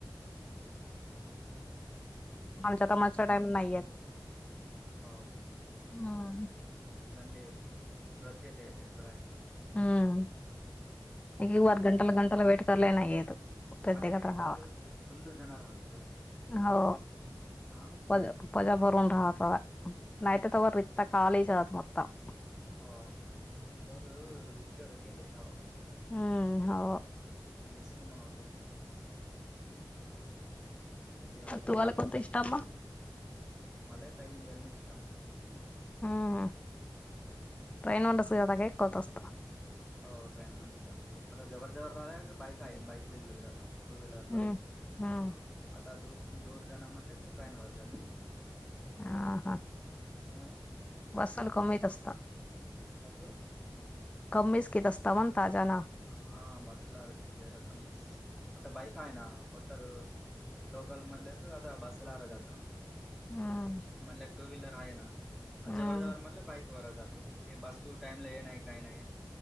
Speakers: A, on the left (about 15°); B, in the centre.
A: <unintelligible> आमच्या तर मजचा टाईम नाहीये.
B: हो.
A: हम्.
B: <unintelligible> अभिप्राय
A: हम्म. एक अर गटला, गटला वेट कराला‌ नाही येत. प्रत्येकात
B: आल्या काही
A: राहावा
B: तत फुल्ल जाणार हात.
A: हो.
B: आं.
A: वज पजा भरून राहाचा, नाही तर रित खाली <unintelligible>
B: हो <unintelligible>
A: हम्म हो
B: रिस्क मनावते. तशी राहते
A: तुम्हाला
B: आता
A: कोन निष्ट मा.
B: मला ही टाईम दे, नेस्ट टाईम.
A: हम्म.. ट्रेन <unintelligible> असत.
B: हो ट्रेन मध्ये जातो, आता जवर जववर राहिला की, बाईक आहे बाईक व्हलर जातो. टू व्हीलरवर
A: हम्म हम्म
B: आता दू दूर जाण, म्हणले की ट्रेन वर जातंय.
A: आं.. हां..
B: हं..
A: बसाल कमीत चं असतं.
B: बसून.
A: <unintelligible>
B: हा बसला अर्ध रकम मिस आता बाईक आहे ना कोडतर. लोकल म्हणले क आता बसला आरा जात ना.
A: हम्म.
B: म्हटलं टू व्हीलर आहे ना,
A: हम्म
B: जवर जवर म्हटलं बाईक. जातो ब टाम नाही काही नाही,